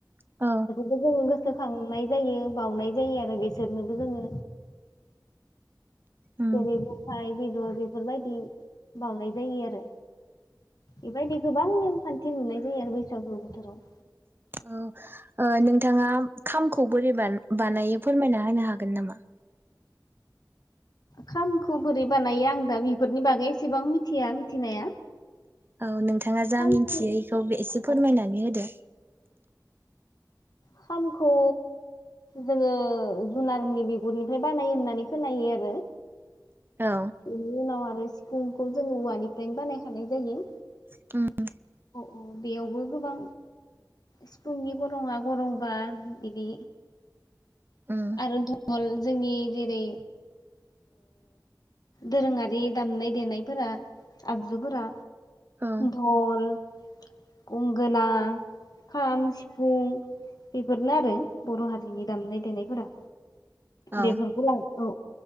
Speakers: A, on the right; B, on the left.
A: औ।
B: जो गोसोखांनाय जायो बाउनाय जायो आरो बेसोरनोबो जोङो।
A: उम
B: जेरै बोखाय बेदर बेफोरबायदि बाउनाय जायो आरो बेबायदि गोबां नेम खान्थि नुनाय जायो आरो, बैसागु बोथोराव।
A: ओ नोंथाङा खामखौ बोरैबान बानायो फोरमायना होनो हागोन नामा?
B: खामखौ बोरै बानायो, आं दा बेफोरनि बागै एसेबां मिथिया मिथिनाया।
A: औ नोंथां। नोंथाङा जा
B: खामखौ
A: मिथियो बेखौ एसे फोरमायनानै
B: अ
A: होदो।
B: खामखौ जोङो जुनारनि बिगुरनिफ्राय बानायो होननानै खोनायो आरो।
A: औ
B: इनि उनाव ओमफ्राय सिफुंखौ जोङो औवानिफ्रायनो बानायखानाय जायो।
A: <unintelligible>
B: औ औ बेयावबो गोबां सिफुंनि गरंआ गरंबा बिदि
A: उम
B: आरो ल जोंनि जेरै दोरोङारि दामनाय देनायफोरा आगजुफोरा।
A: औ
B: धल गंगोना खाम सिफुं बेफोरनो आरो बर' हारिनि दामनाय देनायफोरा
A: औ
B: बेफोरखौ ला औ